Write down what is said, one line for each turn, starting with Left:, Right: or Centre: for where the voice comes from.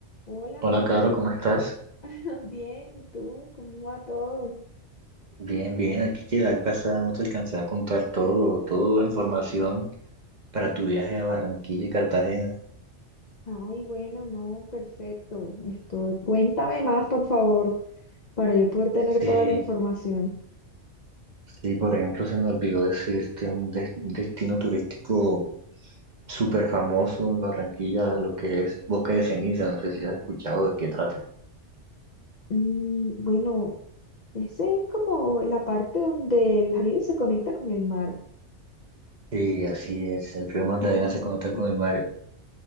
Left: Hola,
Right: Hola,
Left: Holman.
Right: Caro, ¿cómo estás?
Left: <laughs> Bien, ¿y tú? ¿Cómo va todo?
Right: Bien, bien, aquí que la vez pasada no te alcancé a contar todo, toda la información para tu viaje a Barranquilla y Cartagena.
Left: Ay, bueno, no, perfecto. Estoy... Cuéntame más, por favor, para yo poder tener
Right: Sí,
Left: toda la información.
Right: sí, por ejemplo, se me olvidó decirte un des- destino turístico súper famoso en Barranquilla, lo que es Boca de Ceniza, no sé si has escuchado de qué trata.
Left: Mm, bueno, ese es como la parte donde el río se conecta con el mar.
Right: Sí, así es, el río Magdalena
Left: Ah,
Right: se conecta con el mar